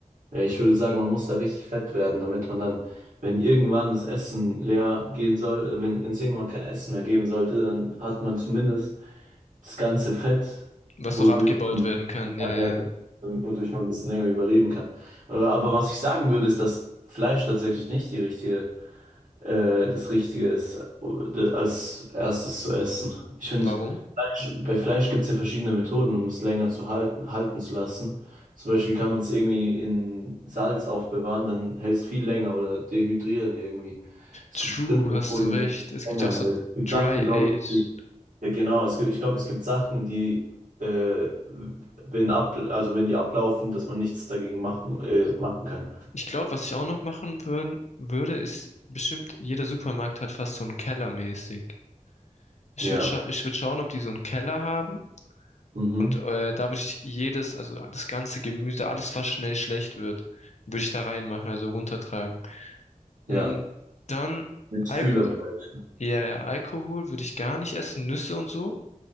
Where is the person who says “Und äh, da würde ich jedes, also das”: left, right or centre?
Left